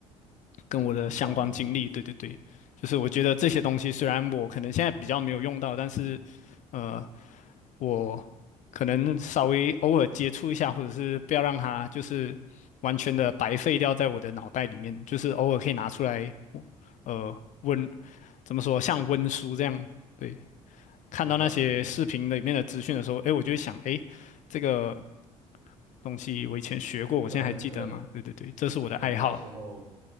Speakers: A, on the left; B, on the right.
A: 跟我的相关经历，
B: 明白，明白，
A: 对对对，就是我觉得这些东西虽然我可能现在比较没有用到，但是，呃，我可能稍微偶尔接触一下，或者是不要让它就是完全的白费掉在我的脑袋里面，就是偶尔可以拿出来，呃，温，怎么说，像温书这样，对，看到那些视频里面的资讯的时候，
B: 明白，明白。
A: 诶，我就会想，诶，这个东西我以前学过，我现在还记得吗？
B: 可能，可能，
A: 对对对，这是我的爱好，
B: 可能到时候，